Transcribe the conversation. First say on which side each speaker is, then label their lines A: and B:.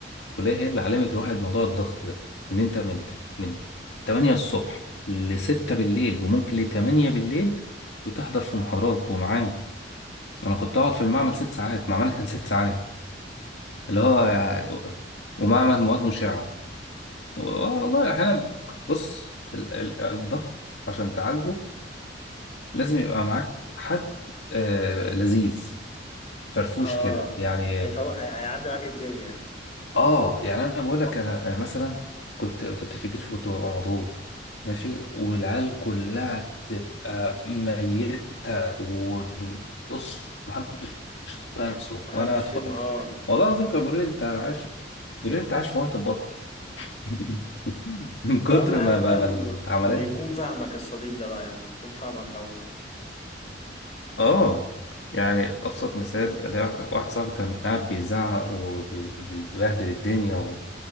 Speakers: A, on the left; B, on the left.
A: الكلية هي اللي علمت الواحد موضوع الضغط ده ان انت من من 8 الصبح ل 6 بالليل وممكن ل 8 بالليل بتحضر في محاضرات ومعامل انا كنت اقعد في المعمل ست ساعات معملنا كان ست ساعات اللي
B: اوف
A: هو يعني ومعمل مواد مشعة والله احيانا بص ال- ال- الضغط عشان تعالجه لازم يبقى معاك حد آه لذيذ فرفوش
B: اه
A: كده
B: اه.
A: يعني
B: هيفوق هي- هيعدي معاك الدنيا
A: اه يعني انا بقول
B: و-
A: لك انا أنا مثلا كنت كنت في الجيش وكنت ببقى مضغوط ماشي والعيال كلها تبقى ميتة وبص محدش طايق نفسه
B: محدش
A: وانا اتخرجت
B: فيهم اه
A: والله العظيم كانوا بيقولوا لي انت عايش بيقولوا لي انت عايش في وقت البط <laughs> من كتر
B: واهم حاجة
A: ما
B: بقى
A: ما ما
B: انه
A: العملية
B: انه يكون فاهمك الصديق ده بقى يعني يكون فاهمك اوي
A: اه يعني ابسط مثال اللي هو واحد صاحبي كان قاعد بيزعق وبيبهدل الدنيا و...